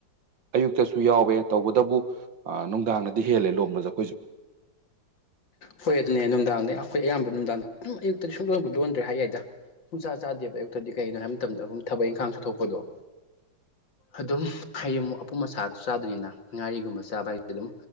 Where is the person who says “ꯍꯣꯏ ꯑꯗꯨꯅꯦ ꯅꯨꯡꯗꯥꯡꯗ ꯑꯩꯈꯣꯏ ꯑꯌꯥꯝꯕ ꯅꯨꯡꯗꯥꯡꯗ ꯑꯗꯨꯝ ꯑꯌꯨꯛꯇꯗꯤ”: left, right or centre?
Left